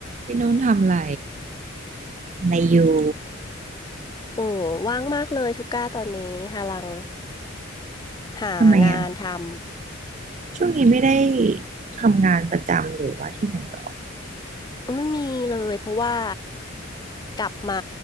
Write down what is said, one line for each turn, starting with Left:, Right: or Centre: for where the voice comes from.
Right: พี่นุ่นทำอะไรทำอะไรอยู่
Left: โอ้ว่างมากเลยทุกก้าตอนนี้หาลังหางานทำ
Right: ทำไมอ่ะช่วงนี้ไม่ได้ทำงานประจำหรือว่าที่ไหนหรอ
Left: ไม่มีเลยเพราะว่ากลับมา